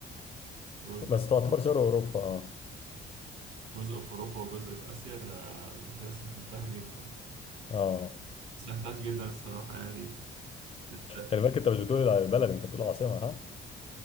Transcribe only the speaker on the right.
جزء
في
أوروبا
جزء في أوروبا وجزء في آسيا ده أنت كده سهلتها جدا
سهلتهاش جدا الصراحة يعني أنت-